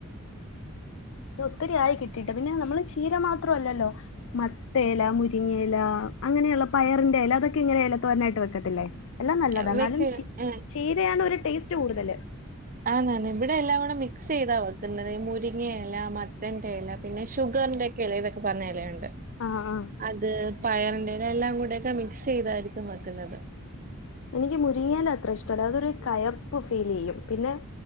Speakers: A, on the left (about 65°); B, on the right (about 40°).
A: ഒത്തിരിയായി കിട്ടിയിട്ട് പിന്നെ നമ്മള് ചീര മാത്രമല്ലല്ലോ മത്തേല മുരിങ്ങല അങ്ങനെയുള്ള പയറിന്റെ അല അതൊക്കെ ഇങ്ങനെ അല തോരാനായിട്ട് വെക്കത്തില്ലേ എല്ലാം നല്ലതാണ്
B: ഏഹ്,
A: എന്നാലും
B: വെക്ക്
A: ച
B: ഏഹ്,
A: ചീരയാണ് ഒരു ടേസ്റ്റ് കൂടുതല്
B: ആനന്നെ ഇവിടെ എല്ലാം കൂടെ മിക്സ് ചെയ്താ വെക്കുന്നത്ഈ മുരിങ്ങിയ ഇല മത്തന്റെ ഇല പിന്നെ ഷുഗറിന്റെറെ ഒക്കെ ഇല ഇതൊക്കെ പറഞ്ഞ ഇലുണ്ട്
A: ആഹ് ആഹ്
B: അതെ പയറിന്റെല എല്ലാം കൂടെൊക്കെ മിക്സ് ചെയ്തായിരിക്കും വെക്കുന്നത്
A: എനിക്ക് മുരിങ്ങയില അത്ര ഇഷ്ടല്ല അതൊരു കയപ്പ് ഫീൽ ചെയ്യും പിന്നെ